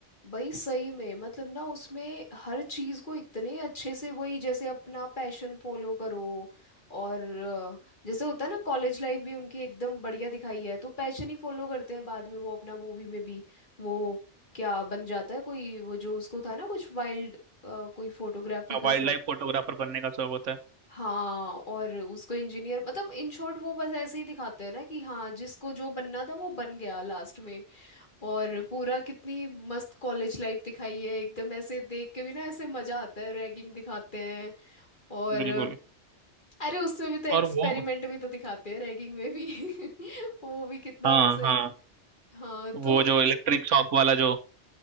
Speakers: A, on the left (about 45°); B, on the right (about 85°).
A: भाई सही में मतलब ना उसमें हर चीज को इतने अच्छे से वही जैसे अपना पैशन फॉलो करो और अ, जैसे होता है ना कॉलेज लाइफ भी उनकी एकदम बढ़िया दिखाई है तो पैशन ही फॉलो करते हैं बाद में वो अपना मूवी में भी वो क्या बन जाता है कोई वो जो उसको था ना कुछ वाइल्ड कोई फोटोग्राफी का
B: वाइल्ड
A: शौक
B: लाइफ फोटोग्राफर बनने का शौक होता है
A: हाँ और उसको इंजीनियर मतलब इन शॉर्ट वो बस ऐसे ही दिखाते हैं ना कि हाँ जिसको जो बनना था वो बन गया लास्ट में और पूरा कितनी मस्त कॉलेज लाइफ दिखाई है एकदम ऐसे देख के भी ना ऐसे मजा आता है रैगिंग दिखाते हैं और बिल्कुल
B: बिल्कुल
A: अरे उसमें भी तो एक्सपेरिमेंट
B: और वो
A: भी तो दिखाते हैं रैगिंग में भी <laughs> वो भी कितना
B: हाँ
A: ऐसे
B: हाँ
A: हाँ तो
B: वो जो इलेक्ट्रिक शॉक वाला जो